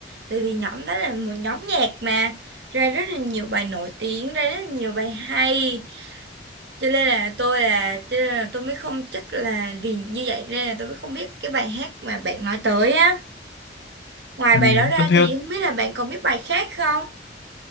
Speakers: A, on the right (about 70°); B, on the left (about 75°).
A: Tại vì nhóm đó là một nhóm nhạc mà ra rất là nhiều bài nổi tiếng, ra rất là nhiều bài hay. Cho nên là tôi là, cho nên là tôi mới không chắc là vì như vậy nên là tôi mới không biết cái bài hát mà bạn nói tới á. Ngoài
B: ừ.
A: bài đó ra
B: tôi, theo
A: thì không biết là bạn còn biết bài khác không?